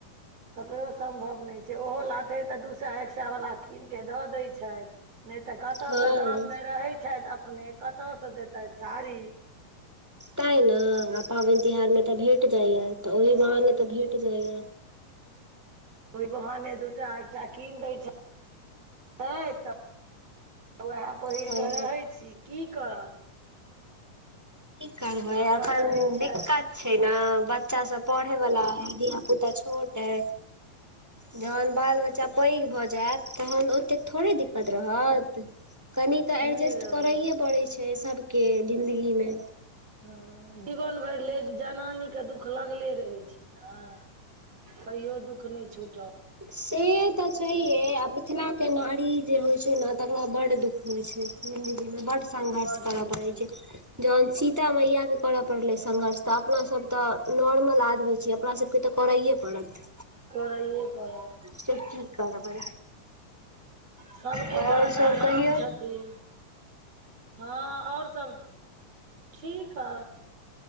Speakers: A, on the right (about 50°); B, in the centre.
A: ककरो सम्भव नैछै ओहो लाथे तऽ दू सए एक सए वला किन के दऽ दैत छैथ नहि तऽ कतयसँ
B: हँ
A: गाममे रहै छैथ अपने कतयसँ देतैथ साड़ी।
B: ताई न आ पाबनि तिहार मे त भेट जाइये त ओहि बहाने तऽ भेट जाइये।
A: ओहि बहाने दूटा एकटा किन दै छथि तऽ। वेह पहिर
B: ओ
A: कऽ रहै छी की करब।
B: की करबै
A: गाम
B: एखन
A: पर रहै छथि
B: दिक्कत छै ने बच्चा सब पढ़ै वला ऐ धिया पुता छोट ऐ। जहन बाल बच्चा पैघ भऽ जायत तहन ओतेक थोड़े दिक्कत रहत। कनि
A: नहि
B: तऽ एडजेस्ट
A: रहै
B: करैए पड़ैत छै। सभके जिन्दगी मे
A: हँ जीबन भरि ले जनानी के दुःख लगले रहै छै। ने। कहियो दुःख नहि छूटत।
B: से तऽ छै। हे मिथिला के नारी जे होय छै। ने तकरा बड़ड दुख होय छै। जिंन्दगी मे बड संघर्ष
A: बड
B: करऽ
A: दुःख
B: पड़ै
A: होइ
B: छै। जहन सीता मैया के करऽ पड़लै संघर्ष तऽ अपना सब ते नॉर्मल आदमी छीयै। अपना सबके तऽ करैए पड़त।
A: करैए पड़त।
B: से की करबै
A: सबके
B: आओर
A: दाता
B: सब
A: राम
B: कहियौ
A: छथिन। हँ आओर सब ठीक ऐ।